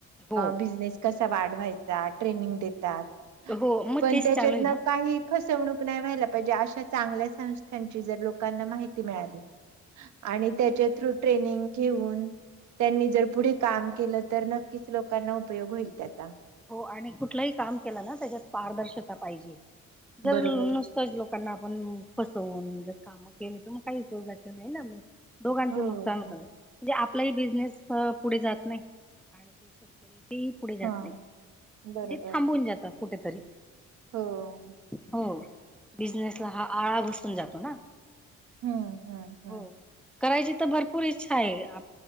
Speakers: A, in the centre; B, on the right.
A: हो
B: बिझनेस कस च्या वाढवायचं ट्रेनिंग देतात,
A: हो मग
B: पण
A: तेच
B: त्याच्यात
A: चालू आहे
B: ना काही फसवणूक नाही व्हायला पाहिजे, अशा चांगल्या संस्थांची जर लोकांना माहिती मिळाली. आणि त्याच्या थ्रू ट्रेनिंग घेऊन त्यांनी जर पुढे काम केलं तर नक्कीच लोकांना उपयोग होईल त्याचा.
A: हो आणि कुठलाही काम केलं ना त्याच्यात पारदर्शता पाहिजे. जर
B: बरोबर.
A: नुसतंच लोकांना आपण फसवून ज काम केली तर म काही उपयोगाचं नाही म दोघांचं
B: हो.
A: नुकसान होतं आपलाही बिझनेस पुढे जात नाही आणि ते शेतकरी ते पुढे जात
B: हां.
A: नाही. म्हणजे
B: बरोबर.
A: थांबून जात कुठेतरी
B: हो.
A: हो. बिझनेस ला हा आळा बसून जातो ना.
B: हं, हं, हं.
A: हो. करायची तर भरपूर इच्छा आहे.